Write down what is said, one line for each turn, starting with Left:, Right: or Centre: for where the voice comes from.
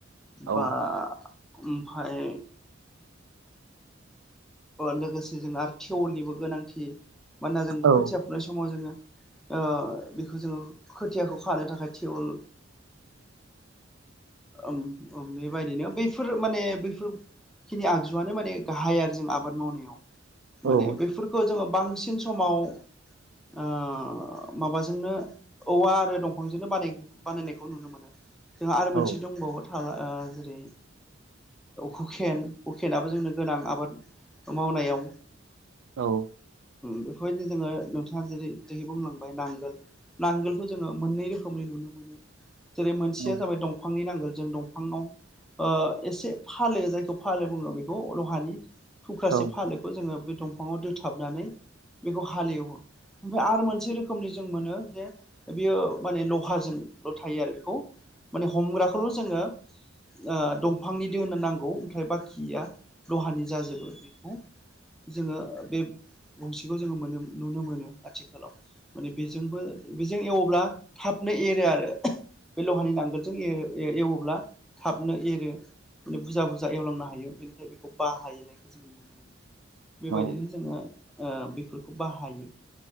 Right: औ
Centre: बा ओमफ्राय लोगोसे जों आरो थेवलनिबो गोनांथि मानोना जों
Right: औ
Centre: खोथिया फबनाय समाव जोङो ओ बेखौ जोङो खोथियाखौ खानो थाखाय थिवल
Right: <unintelligible>
Centre: ओ ओम बेबायदिनो बैफोर माने बैफोरखिनि आगजुआनो माने गाहाय आरो आबाद मावनायाव
Right: औ
Centre: माने बेफोरखौ जोङो बांसिन समाव ओ माबाजोंनो औवा आरो दंफांजोंनो बानायो बानायनायखौ नुनो मोनो जोंहा आरो
Right: औ
Centre: मोनसे दंबावो ओ जेरै हुखेन हुखेनाबो जोंनो गोनां आबाद मावनायाव
Right: औ
Centre: बेफोरबायदिनो जोङो नोंथाङा जेरै दायो बुंलांबाय नांगोल नांगोलखौ जोङो मोननै रोखोमनि नुनो मोनो जेरै मोनसेया
Right: औ
Centre: जाबाय दंफां दंफांनि नांगोल जों दंफाङाव ओ एसे फालो जायखौ फाल बुङो बेखौ लहानि थुख्रासे
Right: औ
Centre: फालोखौ जोङो बे दंफाङाव दोथाबनानै बेखौ हालेवो ओमफ्राय आरो मोनसे रोखोमनि जों मोनो जे बियो माने लहाजोंल' थायो आरो बेखौ माने हमग्राखौल' जोङो ओ दंफांनि दोहोनो नांगौ ओमफ्राय बाखिया लहानि जाजोबो बेखौ जोङो बे गंसेखौ जोङो मोनो नुनो मोनो आथिखालाव माने बेजोंबो बेजों एवब्ला थाबनो एरो आरो बे लहानि नांगोलजों ए-एवोब्ला थाबनो एरो माने बुरजा बुरजा एवलांनो हायो बेनिखाय बेखौ बाहायो जों नुनो मोनो बेबायदिनो
Right: औ
Centre: जोङो ओ बेफोरखौ बाहायो